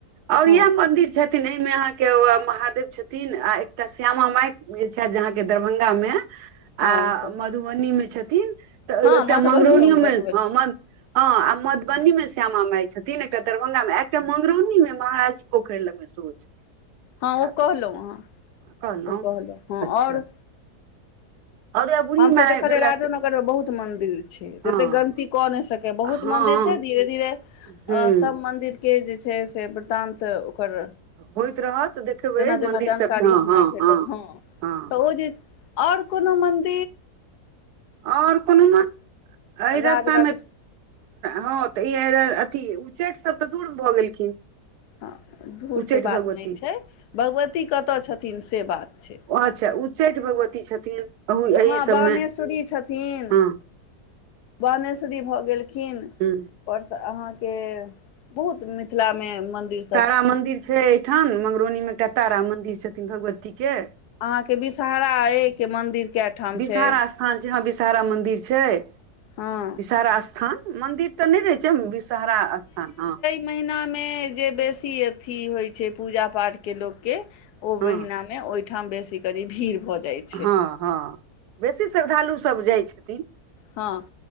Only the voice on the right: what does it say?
आउर
इएह मंदिर छै छथिन एहिमे अहाँके महादेव छथिन आ एकटा श्यामा माइ जे छथि अहाँके दरभंगा मे
आ
मधुबनी मे छथिन तऽ
एतय
मंगरौनियोमे
हँ हँ आ मधुबनीमे श्यामा माइ छथिन तीन एकटा दरभंगा मे एकटा मंगरौनी मे महाराजी पोखरि लग मे सेहो छथिन
स्थापित
हँ, कहलहुँ
अच्छा
आओर बुढ़ी
माय
भेलथि
हँ
हँ
हूँ
होइत रहत देखबै
मन्दिर
सभके हँ
हँ
हँ
आओर कोनो मन अइ
रास्तामे
हँ तऽ ई अथी उच्चैठ सभ तऽ दूर भऽ गेलखिन
उच्चैठ
भगवती
ओ अच्छा चैत भगवती छथिन अहू एहि
सभमे
हँ
हँ
तारा मन्दिर छै एहिठाम मंगरौनीमे एकटा तारा मन्दिर छथिन भगवतीके
विषहारा
स्थान छै हँ विषहारा मन्दिर छै
विषहारा स्थान मंदिर तऽ नहि रहे छै विषहरा स्थान ह
हँ
हँ हँ बेसी श्रद्धालुसभ जाइ छथिन